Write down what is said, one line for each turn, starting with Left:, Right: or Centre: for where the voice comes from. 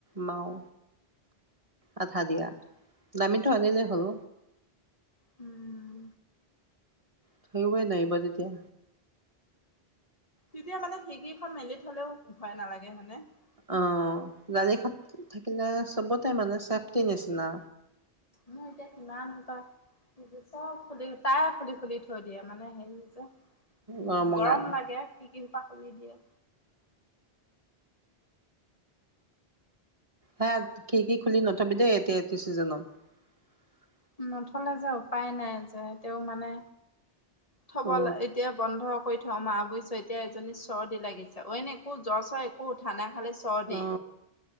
Right: মাও, আঠা দিয়া, দামীটো আনিলেই হ'ল।
Left: উম।
Right: থাকিবই নাহিব তেতিয়া।
Left: তেতিয়া মানে খিৰিকী খন মেলি থ'লেও ভয় নালাগে মানে, হয়নে?
Right: অ', গাড়ীখন থাকিলে চবতে মানে চেফটিৰ নিচিনা।
Left: মোৰ এতিয়া কিমান সোপা খিৰিকী, চব খুলি, প্ৰায় খুলি, খুলি থৈ দিয়ে, মানে হেৰি যে। উম
Right: গৰমৰ
Left: গৰম
Right: কাৰণে
Left: লাগে, খিৰিকী কি সোপা কৰি দিয়ে।
Right: হেত, খিৰিকী খুলি নথ'বি দেই এতিয়া এইটো চিজনত।
Left: নথ'লে যে উপায় নাই যে, তেওঁ মানে থ'বলে-এতিয়া
Right: অ
Left: বন্ধ। কৰি থ মা বুইছ, এতিয়া এজনী চৰ্দি লাগিছে, অইন একো জ্বৰ-চৰ একো উঠা নাই। খালি চৰ্দি,
Right: অ